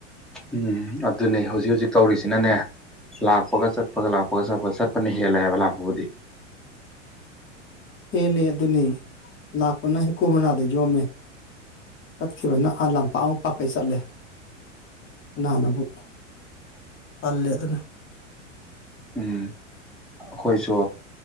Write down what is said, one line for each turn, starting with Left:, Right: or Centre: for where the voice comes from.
Centre: ꯎꯝ ꯑꯗꯨꯅꯦ ꯍꯧꯖꯤꯛ ꯍꯧꯖꯤꯛ ꯇꯧꯔꯤꯖꯤꯅꯅꯦ ꯂꯥꯛꯄꯒ ꯆꯠꯄꯒ ꯂꯥꯛꯄꯒ ꯆꯠꯄꯒ ꯆꯠꯄꯅ ꯍꯦꯜꯂꯦ ꯍꯥꯏꯕ ꯂꯥꯛꯄꯕꯨꯗꯤ
Left: ꯍꯦꯜꯂꯦ ꯑꯗꯨꯅꯤ ꯂꯥꯛꯄꯅ ꯍꯩ ꯀꯨ ꯃꯅꯥꯗ ꯌꯣꯝꯃꯦ ꯆꯠꯈꯤꯕꯅ ꯑꯥ ꯂꯝꯄꯥꯛꯃꯨꯛ ꯄꯥꯛꯀꯩ ꯆꯠꯂꯦ ꯀꯅꯥꯅꯕꯨ ꯇꯜꯂꯦ ꯑꯗꯨꯅ
Centre: ꯎꯝ ꯑꯩꯈꯣꯏꯖꯨ